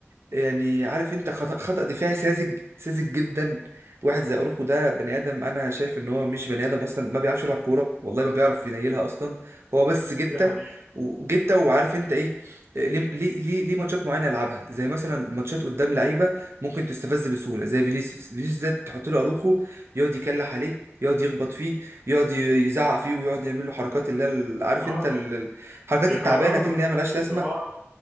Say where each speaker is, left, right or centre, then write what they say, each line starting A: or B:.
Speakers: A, on the right; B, on the right.
A: يعني عارف انت خطأ خطأ دفاعي ساذج ساذج جدا واحد زي اروخو ده بني ادم انا شايف ان هو مش بني ادم اصلا ما بيعرفش يلعب كوره والله ما بيعرف ينيلها اصلا هو بس جته
B: دي حقيقه
A: وجته وعارف انت ايه ليه ليه ليه, ليه ماتشات معينه يلعبها زي مثلا ماتشات قدام لعيبه ممكن تستفز بسهوله زي فينيسيوس فينيسيوس ده تحط له اروخو يقعد يكلح عليه يقعد يخبط فيه يقعد ي- يزعق فيه ويقعد يعمل له حركات اللي هي ال- عارف
B: اه
A: انت ال-
B: ي-
A: الحركات
B: يخرجوا
A: التعبانه دي
B: من
A: اللي
B: تركيزه
A: هي ملهاش لازمه
B: اه